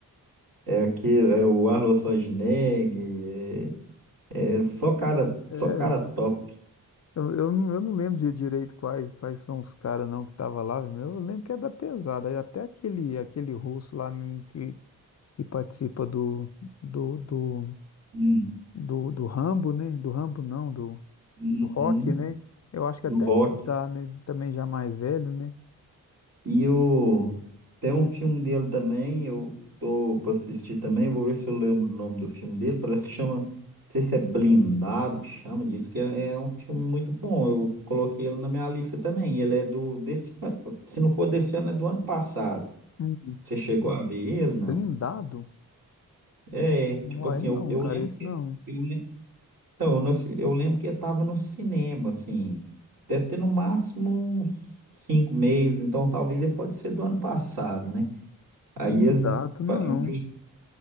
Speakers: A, on the right; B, on the left.
A: É aquele, é o Arnold Schwarzenegger, é, é só cara,
B: É,
A: só cara top.
B: eu, eu, não- eu não lembro de direito quais, quais são os caras não que tava lá. meu. Eu lembro que é da pesada. e Até aquele, aquele russo lá mesmo que, que participa do, do, do,
A: Hum,
B: do, do Rambo, né? Do Rambo não, do,
A: uhum,
B: do Rock, né? Eu acho que
A: do
B: até
A: rock.
B: ele tá, né? Também já mais velho, né?
A: E o... tem um filme dele também, eu tô pra assistir também, eu vou ver se eu lembro o nome do filme dele, parece que chama, não sei se é Blindado que chama, diz que é, é um filme muito bom, eu coloquei ele na minha lista também, ele é do, desse ano, se não for desse ano, é do ano passado.
B: Hum,
A: Você chegou a ver ele, não?
B: blindado?
A: É, tipo
B: Uai,
A: assim,
B: não,
A: eu, eu
B: cara,
A: lembro
B: esse
A: que,
B: não.
A: eu, lem- então, eu, não assi- eu lembro que ele tava no cinema, assim, deve ter no máximo uns cinco meses, então talvez ele pode ser do ano passado, né? Aí
B: Blindado,
A: as-
B: não.
A: pa- eu vi,